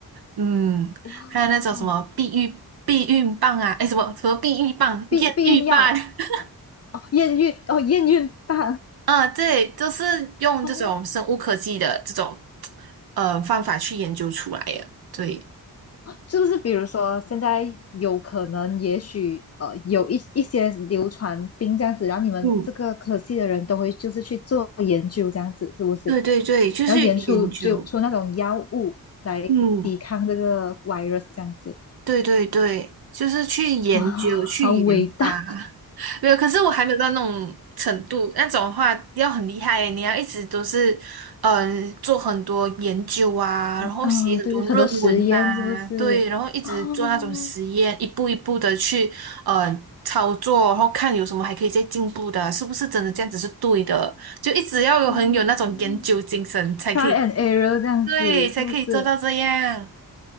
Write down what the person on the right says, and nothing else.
嗯，
还有那种什么避孕避孕棒啊，诶，什么什么避孕棒、
验孕棒，<laughs>
啊，对，都是用这种生物科技的这种
呃方法去研究出来的。对，
嗯，
对对对，就是研究。
嗯，
对对对，就是去研究、
去研发。
<laughs> 没有，可是我还没有到那种程度，那种的话要很厉害耶你要一直都是，嗯、做很多研究啊，然后写很多论文啊，
对，然后一直做那种实验，
一步一步的去，嗯、操作，然后看有什么还可以再进步的啊，是不是真的这样子是对的？就一直要有很有那种研究精神，
才可以，
对，才可以做到这样。